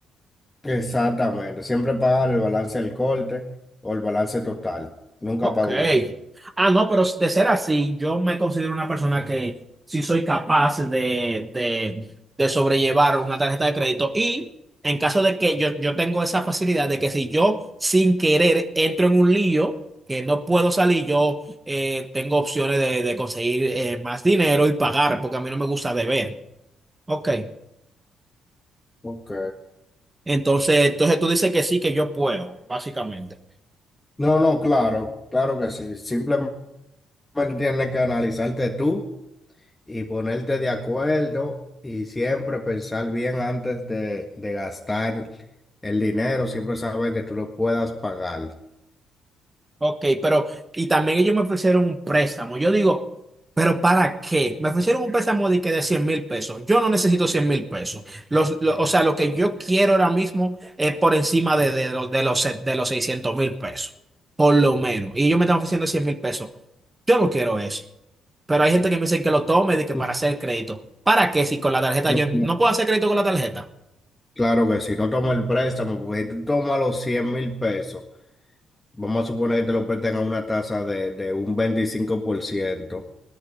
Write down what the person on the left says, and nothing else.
Exactamente, siempre pagar el balance del corte o el balance total, nunca
pago mínimo.
Ok.
No, no, claro, claro que sí. Simplemente tienes que analizarte tú. y ponerte de acuerdo y siempre pensar bien antes de, de gastar el dinero, siempre saber que tú lo puedas pagar.
Tú-
no,
no,
Claro que sí, no toma el préstamo, porque si tú tomas los cien mil pesos, vamos a suponer que te lo prestan a una tasa de, de un veinticinco por ciento